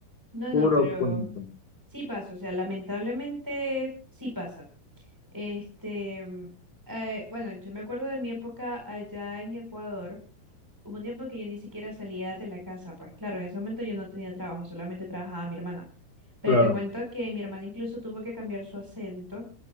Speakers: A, in the centre; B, on the left.
A: No,
B: puro
A: no, pero
B: cuento.
A: sí pasa, o sea, lamentablemente sí pasa. Este, mm, eh, bueno, yo me acuerdo de mi época allá en Ecuador. Hubo un tiempo que yo ni siquiera salía de la casa, pues claro, en ese momento yo no tenía trabajo, solamente trabajaba mi hermana. Pero
B: Claro,
A: te cuento que mi hermana incluso tuvo que cambiar su acento